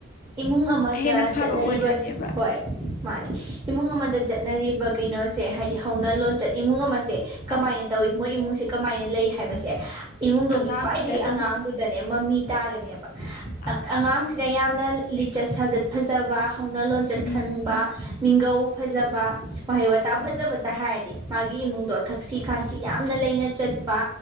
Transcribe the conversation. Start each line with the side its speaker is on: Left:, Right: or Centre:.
Right: ꯏꯃꯨꯡ ꯑꯃꯗ
Left: ꯍꯦꯟꯅ ꯐꯕ
Right: ꯆꯠꯅꯔꯤꯕ
Left: ꯑꯣꯏꯗꯣꯏꯅꯦꯕ
Right: ꯍꯣꯏ ꯃꯥꯅꯦ ꯏꯃꯨꯡ ꯑꯃꯗ ꯆꯠꯅꯔꯤꯕ ꯀꯩꯅꯣꯁꯦ ꯍꯥꯏꯗꯤ ꯍꯧꯅ ꯂꯣꯟꯆꯠ ꯏꯃꯨꯡ ꯑꯃꯁꯦ ꯀꯃꯥꯏꯅ
Left: ꯑꯥ
Right: ꯇꯧꯋꯤ ꯃꯣꯏ ꯏꯃꯨꯡꯁꯦ ꯀꯃꯥꯏꯅ ꯂꯩ ꯍꯥꯏꯕꯁꯦ ꯏꯃꯨꯡꯗꯨꯒꯤ
Left: ꯑꯉꯥꯡꯗꯨꯗ
Right: ꯈ꯭ꯋꯥꯏꯗꯒꯤ
Left: ꯑꯗꯨꯝ
Right: ꯑꯉꯥꯡꯗꯨꯗꯅꯦ ꯃꯃꯤ ꯇꯥꯒꯅꯦꯕ
Left: ꯑꯥ
Right: ꯑꯉꯥꯡꯁꯤꯗ ꯌꯥꯝꯅ ꯂꯤꯆꯠ ꯁꯥꯖꯠ ꯐꯖꯕ ꯍꯧꯅ ꯂꯣꯟꯆꯠ
Left: ꯎꯝ
Right: ꯈꯪꯕ ꯃꯤꯡꯒꯧ ꯐꯖꯕ ꯋꯥꯍꯩ ꯋꯥꯇꯥ
Left: ꯑꯥ
Right: ꯐꯖꯕꯇ ꯍꯥꯏꯔꯗꯤ ꯃꯥꯒꯤ ꯏꯃꯨꯡꯗꯣ ꯊꯛꯁꯤ ꯈꯥꯁꯤ ꯌꯥꯝꯅ ꯂꯩꯅ ꯆꯠꯄ